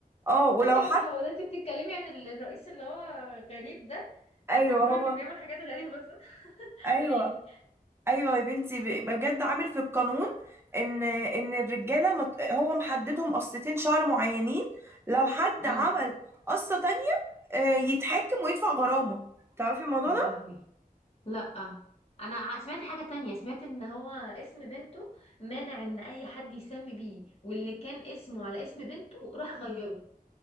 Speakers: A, on the right (about 15°); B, on the left (about 40°).
A: اه ولو
B: ثانية
A: حد
B: واحدة هو ده انت بتتكلمي عن ال- الرئيس اللي هو غريب ده
A: <laughs> ايوه
B: المجنون
A: هو
B: اللي بيعمل حاجات غريبة صح <laughs>
A: ايوه
B: قولي لي
A: ايوه يا بنتي ب- بجد عامل في القانون ان ان الرجاله مت... هو محددهم قصتين شعر معينين لو حد
B: امم
A: عمل قصه تانية آه، يتحاكم ويدفع غرامه تعرفي الموضوع
B: يا لهوي لا انا ع- سمعت حاجة تانية سمعت ان هو اسم بنته مانع ان اي حد يسمي بيه واللي كان اسمه على اسم بنته راح غيره